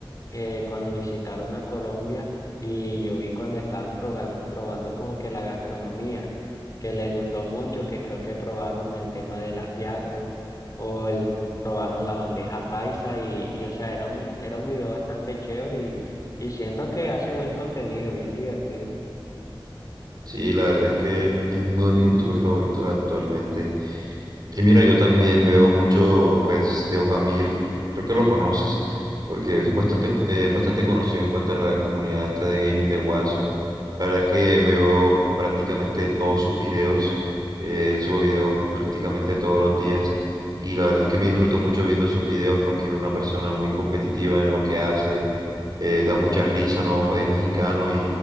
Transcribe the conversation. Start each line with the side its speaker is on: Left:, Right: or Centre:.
Left: eh, cuando visitaron a Colombia y yo vi cuando estaban progan- probando como que la gastronomía, que les gustó mucho, que creo que probaron el tema del ajiaco o el, probaron la bandeja paisa y, y o sea, era un, era un video bastante chévere y, y siento que hace buen contenido, bien divertido.
Right: Sí, la verdad es que es uno de mis youtubers favoritos actualmente. Y mira, yo también veo mucho, pues, de Ojamir, creo que lo conoces, porque es bastante, co- eh, bastante conocido en cuanto a la comunidad hasta de gaming de Warzone. La verdad es que veo prácticamente todos sus videos, eh, él sube videos prácticamente todos los días, y la verdad es que me disfruto mucho viendo sus videos porque es una persona muy competitiva en lo que hace, eh, da mucha risa, ¿no? Pues es mexicano